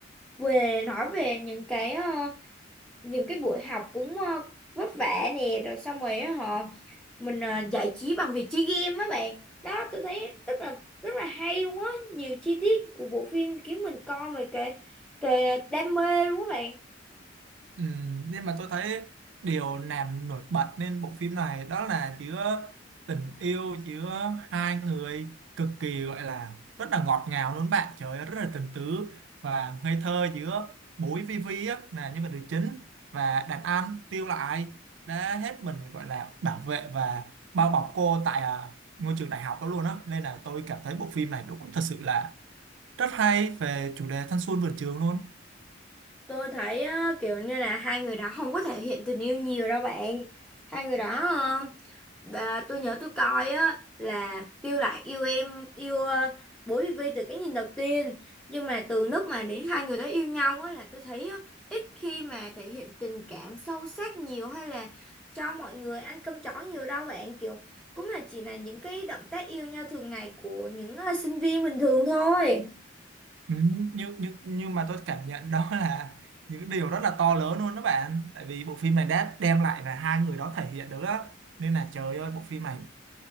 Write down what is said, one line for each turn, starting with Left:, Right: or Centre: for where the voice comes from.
Centre: Về nói về những cái ờ, những cái buổi học cũng ờ, vất vả nè rồi xong rồi á họ mình ờ, giải trí bằng việc chơi game á bạn đó tôi thấy rất là rất là hay luôn á nhiều chi tiết của bộ phim khiến mình coi mà kệ kệ đam mê luôn á bạn
Right: Ừ, nhưng mà tôi thấy điều làm nổi bật nên bộ phim này đó là chứa tình yêu chứa hai người cực kỳ gọi là rất là ngọt ngào luôn bạn trời ơi, rất là tình tứ và ngây thơ giữa bối Vivi á là nhân vật nữ chính và đàn anh Tiêu Lại đã hết mình gọi là bảo vệ và bao bọc cô tại à, ngôi trường đại học đó luôn á nên là tôi cảm thấy bộ phim này đúng thật sự là rất hay về chủ đề thanh xuân vườn trường luôn
Centre: tôi thấy ờ, kiểu như là hai người đó không có thể hiện tình yêu nhiều đâu bạn hai người đó Bà, tôi nhớ tôi coi á là Tiêu Lạc yêu em yêu uh, Bố Vy Vy từ cái nhìn đầu tiên nhưng mà từ lúc mà đến hai người đó yêu nhau á là tôi thấy á, ít khi mà thể hiện tình cảm sâu sắc nhiều hay là cho mọi người ăn cơm chó nhiều đâu bạn kiểu cũng là chỉ là những cái động tác yêu nhau thường ngày của những uh, sinh viên bình thường thôi
Right: Ừ, nhưng nhưng nhưng mà tôi cảm nhận đó là những điều rất là to lớn luôn đó bạn tại vì bộ phim này đã đem lại là hai người đó thể hiện được á nên là trời ơi bộ phim này